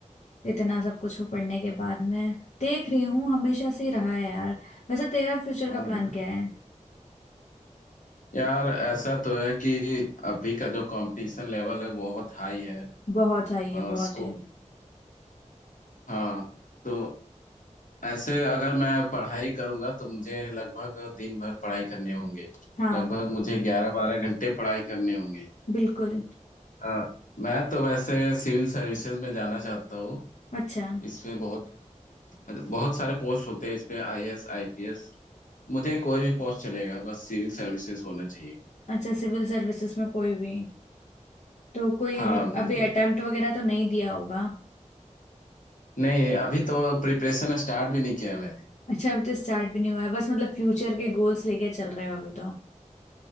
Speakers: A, on the left; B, on the left.
A: इतना सब कुछ को पढ़ने के बाद मैं देख रही हूँ हमेशा से ही रहा है यार वैसे तेरा फ्यूचर
B: हाँ
A: का प्लान
B: हाँ।
A: क्या है
B: यार ऐसा तो है कि अभी का जो कंपटीशन लेवल है बहुत हाई है
A: बहुत हाई
B: आ,
A: है बहुत
B: स्कोप
A: है
B: हाँ तो ऐसे अगर मैं पढ़ाई करूंगा तो मुझे लगभग दिन भर पढ़ाई करने होंगे
A: हाँ
B: लगभग मुझे ग्यारह बारह घंटे पढ़ाई करने होंगे
A: बिल्कुल
B: हाँ, मैं तो वैसे सिविल सर्विसेज में जाना चाहता हूँ
A: अच्छा
B: इसमें बहुत बहुत सारे पोस्ट होते हैं इस पे आईएएस आईपीएस मुझे कोई भी पोस्ट चलेगा बस सिविल सर्विसेज होना चाहिए
A: अच्छा सिविल सर्विसेज में कोई भी तो कोई
B: हाँ बिल्कुल
A: अभी अटेम्प्ट वगैरह तो नहीं दिया होगा
B: नहीं अभी तो प्रिपरेशन स्टार्ट भी नहीं किया है मैंने
A: अच्छा अब तो स्टार्ट भी नहीं हुआ है बस मतलब फ्यूचर के गोल्स लेके चल रहे हो अभी तो